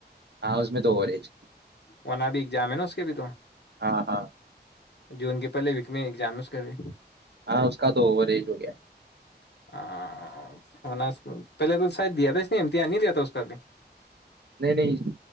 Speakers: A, on the right; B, on the left.
A: ہاں اس میں تو اووریج
B: وہنا بھی ایگزام ہے نا اس کے بھی تو
A: ہاں ہاں
B: جون کے پہلے وکمی ایگزامس کر رہی
A: ہاں اس کا تو اوور ایج ہو گیا
B: ہاں پہلے تو شاید دیا تھا <unintelligible> نہیںتی آ نہیں د ہوتا اس کاد بھی <unintelligible>
A: نہیں نہیں